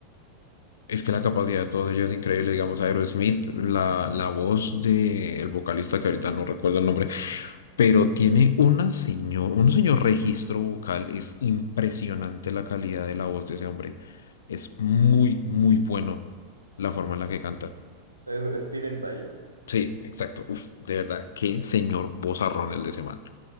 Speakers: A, on the left (about 65°); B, on the right (about 80°).
A: Es que la capacidad de todos ellos es increíble, digamos, Aerosmith, la, la voz del vocalista, que ahorita no recuerdo el nombre, pero tiene una señor, un señor registro vocal. Es impresionante la calidad de la voz de ese hombre. Es muy, muy bueno la forma en la que canta.
B: Es es Steven Tyler.
A: Sí, exacto. Uf, de verdad, qué señor vozarrón el de ese man.